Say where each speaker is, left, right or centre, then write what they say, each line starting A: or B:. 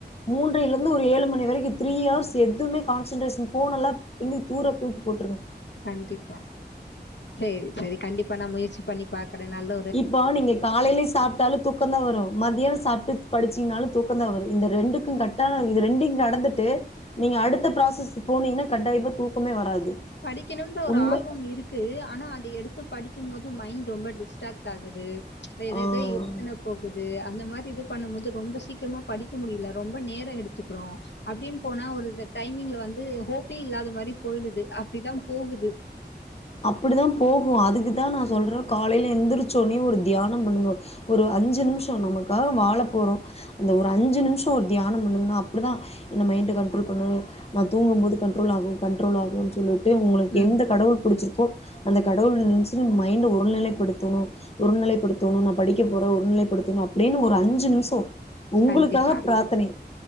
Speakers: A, on the left; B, on the left.
A: மூன்றைல இருந்து ஒரு ஏழு மணி வரைக்கு த்ரீ ஹவர்ஸ் எதுமே கான்சன்ட்ரேஷன் ஃபோன் எல்லா பின்னுக் தூர தூக்கி போட்ருவ
B: கண்டிப்பா சேரி சேரி கண்டிப்பா நா முயற்சி பண்ணி பாக்குற நல்ல
A: இப்போ நீங்க காலைல்லே சாப் ட்டாலு தூக்கந்தா வரு மதியான சாப்ட்டு படிச்சிங்னாலு தூக்கந்தா வரு இந்த ரெண்டுக்கு கட்டாயோ இந்த ரெண்டைங் கட ந்து வந்துட்டு நீங்க அடுத்த ப்ராசஸ் போனீங்கனா கட்டாய்மா தூக்கமே வராது
B: படிக்ணுன்ற ஒர்
A: உண்ம
B: ஆர்வம் இரு க்கு ஆனா அத எடுத்து படிக்கு போது மைண்ட் ரொம்ப டிஸ்ட்ராக்ட் ஆகுது ஏதேதோ
A: ஆ
B: யோசன போகுது அந்த மாரி இது பண்ணும் போது ரொம்ப சீக்கிரமா படிக்க முடில ரொம்ப நேர எடுத்துக்றோ அப்டின் போனா ஒரு இத டைமிங்ல வந்து ஹோப்பே இல்லாத மாரி போயிடுது அப்டிதா போகுது
A: அப்டித்தா போகு அதுக்குதா நா சொல்ற காலைல எந்திரச்சோனே ஒரு தியானம் பண்ங்கோ ஒரு அஞ்சு நிமிஷோ நமக்காக வாழப்போறோ அந்த ஒரு அஞ்சு நிமிஷோ ஒரு தியானோ பண்ணுங்கனா அப்டிதா என்ன மைண்ட் கண்ட்ரோல் பண்ணு நா தூங்கும் போது கண்ட்ரோல் ஆகு கண்ட்ரோல் ஆகு சொல்லிட்டு உங்ளுக்கு
B: ம்
A: எந்த கடவுள் புடிச்சிருக்கோ அந்த கடவுள் நெனச்சு மைண்ட் ஒரு நிலை ப்படுத்தணு ஒரு நிலைப்படுத்தணு நா படிக்க போற ஒரு நிலைப்படுத்தணு அப்டின்னு ஒரு அஞ்சு நிமிஷோ உங்களுக்காக
B: கண்டிப்பா
A: பிராத்தனை